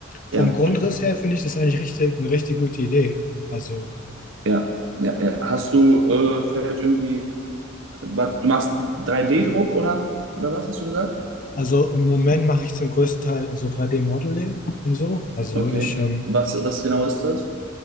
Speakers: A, on the right; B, on the left.
A: ja,
B: vom Grundriss her finde ich das eigentlich richtig, eine richtig gute Idee. Also.
A: ja, ja, ja. Hast du äh, vielleicht irgendwie, was, du machst 3D-Druck oder, oder was hast du gesagt?
B: Also im Moment mache ich zum größten Teil so drei d modeling und so. Also
A: Okay.
B: ich, ähm,
A: Was, was genau ist das?